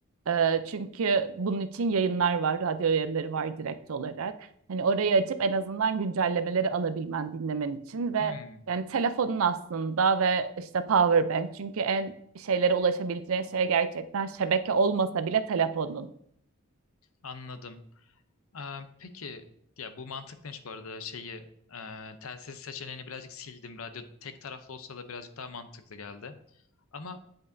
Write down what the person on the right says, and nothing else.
E, çünkü bunun için yayınlar var, radyo yayınları var direkt olarak. Hani orayı açıp en azından güncellemeleri alabilmen, dinlemen için ve
yani telefonun aslında ve işte power bank. Çünkü en şeylere ulaşabileceğin şey gerçekten şebeke olmasa bile telefonun.